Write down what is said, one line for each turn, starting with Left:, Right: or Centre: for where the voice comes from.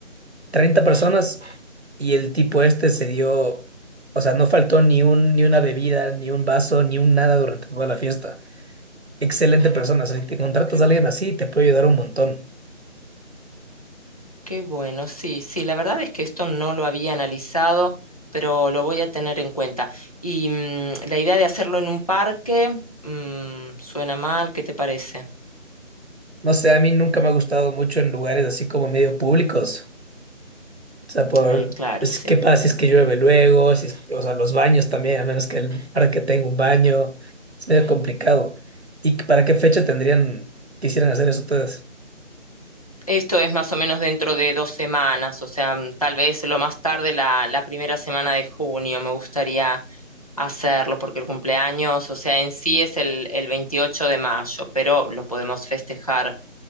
Right: Treinta personas y el tipo este se dio, o sea, no faltó ni un, ni una bebida, ni un vaso, ni un nada durante toda la fiesta. Excelente persona, o sea, si te contratas
Left: Qué
Right: a
Left: bueno.
Right: alguien así, te puede ayudar un montón.
Left: Qué bueno, sí, sí, la verdad es que esto no lo había analizado, pero lo voy a tener en cuenta. Y mm, la idea de hacerlo en un parque, mm, suena mal, ¿qué te parece?
Right: No sé, a mí nunca me ha gustado mucho en lugares así como medio públicos. O sea, por,
Left: Eh, claro,
Right: pues,
Left: sí.
Right: ¿qué pasa si es que llueve luego? Si es- o sea, los baños también, a menos que el parque tenga un baño. Es medio complicado. ¿Y para qué fecha tendrían, quisieran hacer eso ustedes?
Left: Esto es más o menos dentro de dos semanas, o sea, mm, tal vez lo más tarde la, la primera semana de junio me gustaría hacerlo, porque el cumpleaños, o sea, en sí es el, el 28 de mayo, pero lo podemos festejar